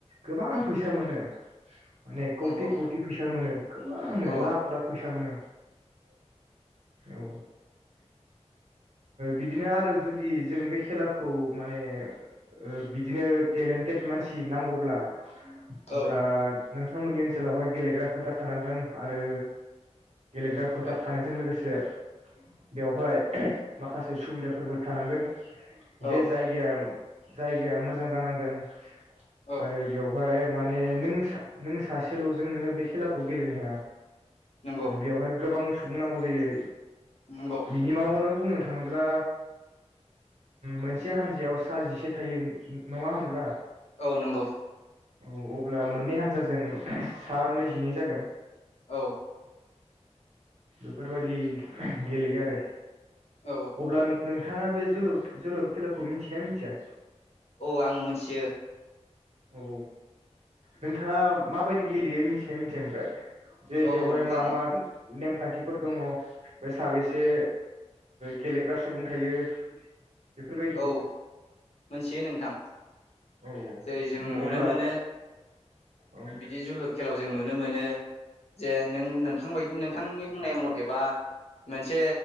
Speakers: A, on the right; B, on the left.
A: गोबां फैसा मोनो। माने
B: नंगौ
A: कौथि कौथि फैसा मोनो गोबांनो
B: औ
A: लाख लाख फैसा मोनो। औ बिदिनो आरो जुदि जों बे खेलाखौ माने ओ बिदिनो टेलेन्टेड मानसि नांगौब्ला।
B: औ
A: अब्ला। नोंथांमोननि ओनसोलावहाय गेलेग्रा फोथार थानांगोन आरो। गेलेग्रा फोथार
B: औ
A: थानायजों लोगोसे। बेवहाय माखासे सुबिदाफोरबो थानांगोन। जे
B: औ
A: जायगाया। जायगाया मोजां जानांगोन।
B: औ
A: आरो बेयाव। ओमफ्राय माने नों नों सासेल'जों नोङो बे खेलाखौ गेलेनो हाया।
B: नंगौ
A: बेवहाय गोबां। बुंनांगौ जायो।
B: नंगौ
A: मिनिमाम मोन बुंनो थाङोब्ला मोनसे हानजायाव सा जिसे थायो नङा होनब्ला
B: औ नंगौ।
A: औ अब्ला मोननै हानजाजों सा नैजिनै जागोन।
B: औ।
A: बेफोरबायाददि गेलेयो आरो।
B: औ
A: अब्ला नों। नोंथाङा बे जोलुर जोलुर खेलाखौ मिथिना मिथिया।
B: औ आं मोनथियो
A: औ नोंथांङा माबायदि गेलेयो मिथिनाया मिथिया ओमफ्राय जे
B: औ
A: बेवहाय
B: नोंथां
A: मा-मा नेम खान्थिफोर दंङ बे साबेसे गेलेग्रा सुबुं थायो? बेफोरबायदिखौ
B: औ मोनथियो नोंथां
A: औ
B: जेरै- जों नुनो
A: अब्ला
B: मोनो
A: औ
B: बिदि जोलुर खेलायाव जों नुनो मोनो। जे नों नोंथां बादि नों थांनि बुंनाय मथेबा मोनसे